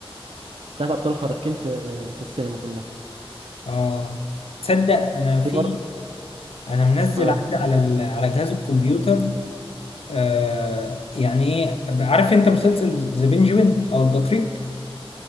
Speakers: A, on the right (about 70°); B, on the left (about 75°).
A: بتاعت ابطال خارقين في في السينما كلها
B: اه تصدق انا
A: في
B: في
A: بر
B: انا منزل
A: اه
B: عندي على ال... على جهاز الكمبيوتر آه يعني ايه عارف انت مسلسل ذا بنجوين او البطريق